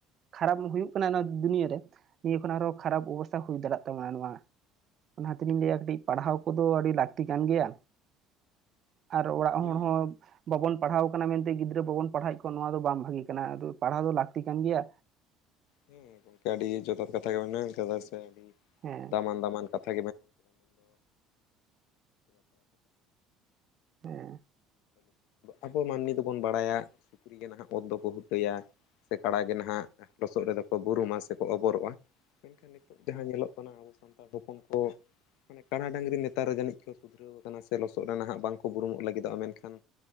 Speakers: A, on the right (about 40°); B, on the left (about 80°).
A: ᱠᱷᱟᱨᱟᱵ ᱫᱚ ᱦᱩᱭᱩᱜ ᱠᱟᱱᱟ ᱱᱚᱣᱟ ᱫᱩᱱᱤᱭᱟᱹᱨᱮ ᱱᱤᱭᱟᱹ ᱠᱷᱚᱱ ᱟᱨᱦᱚᱸ ᱠᱷᱟᱨᱟᱯ ᱚᱵᱚᱥᱛᱟ ᱦᱩᱭ ᱫᱟᱲᱮᱭᱟᱜ ᱛᱟᱵᱚᱱᱟ ᱱᱚᱣᱟᱼᱼ ᱚᱱᱟᱛᱮᱞᱤᱧ ᱞᱟᱹᱭᱟ ᱠᱟᱹᱴᱤᱡᱼᱼ ᱯᱟᱲᱦᱟᱣ ᱠᱚᱫᱚ ᱟᱹᱰᱤ ᱞᱟᱹᱠᱛᱤ ᱠᱟᱱ ᱜᱮᱭᱟ ᱟᱨ ᱚᱲᱟᱜ
B: ᱦᱮᱸ
A: ᱦᱚᱲ ᱦᱚᱸ ᱵᱟᱵᱚᱱ ᱯᱟᱲᱦᱟᱣ ᱠᱟᱱᱟ ᱢᱮᱱᱛᱮ ᱜᱤᱫᱷᱨᱟ ᱵᱟᱵᱚᱱ ᱯᱟᱲᱦᱟᱭᱮᱫ ᱠᱚᱣᱟ ᱱᱚᱣᱟ ᱫᱚ ᱵᱟᱝ ᱵᱷᱟᱜᱤ ᱠᱟᱱᱟ ᱟᱫᱚ ᱯᱟᱲᱦᱟᱣ ᱫᱚ ᱞᱟᱹᱠᱛᱤ ᱠᱟᱱ ᱜᱮᱭᱟ᱾
B: ᱦᱮᱸ ᱜᱝᱢᱠᱮ ᱟᱹᱰᱤ ᱡᱚᱛᱷᱟᱛ ᱠᱟᱛᱷᱟ ᱜᱮ ᱢᱮᱱ ᱠᱟᱫᱟ ᱥᱮ ᱟᱹᱰᱤ
A: ᱦᱮᱸ
B: ᱫᱟᱢᱟᱱ ᱫᱟᱢᱟᱱ ᱠᱟᱛ <unintelligible> <unintelligible>
A: ᱦᱮᱸ
B: ᱟᱵᱚ ᱢᱟᱹᱱᱢᱤ ᱫᱚᱵᱚᱱ ᱵᱟᱲᱟᱭᱟ ᱥᱩᱠᱨᱤᱜᱮ ᱱᱟᱦᱟᱜ ᱚᱛ ᱫᱚ ᱠᱚ ᱦᱩᱴᱟᱹᱭᱟ ᱥᱮ ᱠᱟᱲᱮ ᱜᱮ ᱱᱟᱦᱟᱜ ᱞᱚᱥᱚᱫ ᱨᱮᱫᱚ ᱠᱚ ᱵᱩᱨᱩᱢᱟ ᱥᱮᱠᱚ ᱵᱩᱨᱩᱢᱟ ᱥᱮ ᱠᱚ ᱚᱵᱚᱨᱚᱜ-ᱟ ᱢᱮᱱᱠᱷᱟᱱ ᱱᱤᱛᱚᱜ ᱡᱟᱦᱟᱸ ᱧᱮᱞᱚᱜ ᱠᱟᱱᱟ ᱟᱵᱚ ᱥᱟᱱᱛᱟᱲ ᱦᱚᱯᱚᱱ ᱠᱚ ᱢᱟᱱᱮ ᱠᱟᱸᱬᱟ ᱰᱟᱹᱝᱨᱤ ᱱᱮᱛᱟᱨ ᱱᱮᱛᱟᱨ ᱮ ᱡᱟᱹᱱᱤᱡ ᱠᱚ ᱥᱩᱫᱷᱨᱟᱹᱣ ᱠᱟᱱᱟ ᱥᱮ ᱞᱚᱥᱚᱫ ᱨᱮ ᱱᱟᱦᱟᱸᱜ ᱵᱟᱝᱠᱚ ᱵᱩᱨᱩᱢᱚᱜ ᱞᱟᱜᱤᱫᱚᱜ-ᱟ ᱢᱮᱱᱠᱷᱟᱱ